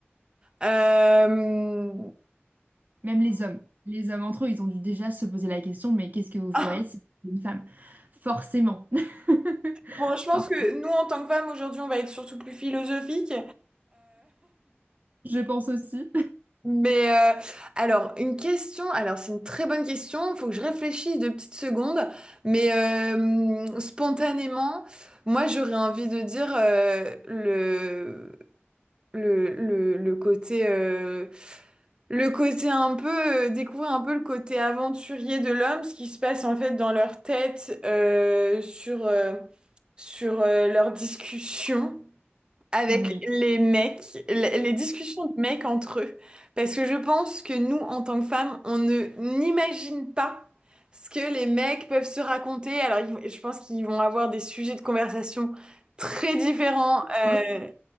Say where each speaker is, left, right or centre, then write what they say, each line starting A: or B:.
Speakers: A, on the right; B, on the right.
A: Euh,
B: Même les hommes. Les hommes entre eux, ils ont dû déjà se poser la question, mais qu'est-ce que vous feriez
A: <laughs>
B: si vous étiez une femme? Forcément. <laughs>
A: Bon, je pense
B: For-
A: que nous, en tant que femmes, aujourd'hui, on va être surtout plus philosophique.
B: Je pense aussi.
A: Mais euh, alors, une question, alors c'est une très bonne question, il faut que je réfléchisse deux petites secondes, mais euh, spontanément, moi j'aurais envie de dire euh, le, le, le, le côté euh, le côté un peu euh, découvrir un peu le côté aventurier de l'homme, ce qui se passe en fait dans leur tête euh, sur euh, sur euh, leurs discussions avec
B: Oui.
A: les mecs, les les discussions de mecs entre eux. Parce que je pense que nous, en tant que femmes, on ne n'imagine pas ce que les mecs peuvent se raconter. Alors, ils- je pense qu'ils vont avoir des sujets de conversation très différents euh,
B: Fuck.